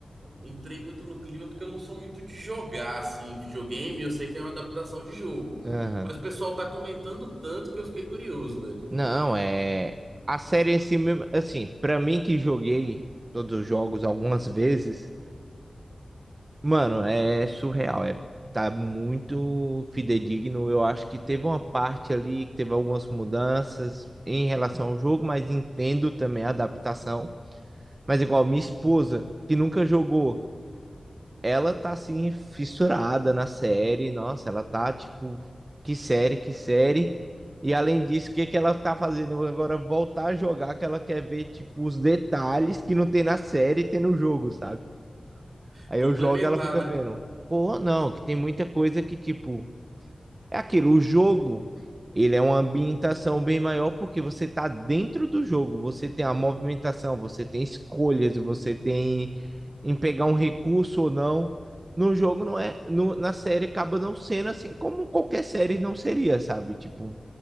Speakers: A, on the right (about 55°); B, on the right (about 35°).
A: entrei muito no clima porque eu não sou muito de jogar assim, videogame. Eu sei que é uma adaptação de jogo.
B: Aham.
A: Mas o pessoal tá comentando tanto que eu fiquei curioso, velho.
B: Não, é. A série em si mesmo, assim, pra mim que joguei todos os jogos algumas vezes, mano, é surreal. É, tá muito fidedigno. Eu acho que teve uma parte ali que teve algumas mudanças em relação ao jogo, mas entendo também a adaptação. Mas igual minha esposa, que nunca jogou, ela tá assim fissurada na série, nossa, ela tá tipo, que série, que série. E além disso, o que que ela tá fazendo agora? Voltar a jogar, que ela quer ver tipo os detalhes que não tem na série e tem no jogo, sabe? Aí
A: Complementar,
B: eu jogo, e ela fica
A: né?
B: vendo. Pô, não, que tem muita coisa que tipo é aquilo, o jogo, ele é uma ambientação bem maior porque você está dentro do jogo, você tem a movimentação, você tem escolhas, você tem em pegar um recurso ou não. No jogo não é, no- na série acaba não sendo assim como qualquer série não seria, sabe? Tipo,